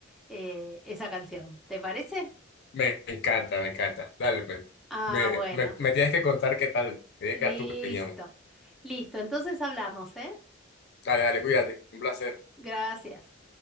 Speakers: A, in the centre; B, on the left.
A: eh, esa canción. ¿Te parece?
B: Me encanta, me encanta. Dale, pues.
A: Ah,
B: Me,
A: bueno.
B: me, me tienes que contar qué tal. Me tienes
A: Listo.
B: que dar tu opinión.
A: Listo. Entonces hablamos, ¿eh?
B: Dale, dale, cuídate. Un placer.
A: Gracias.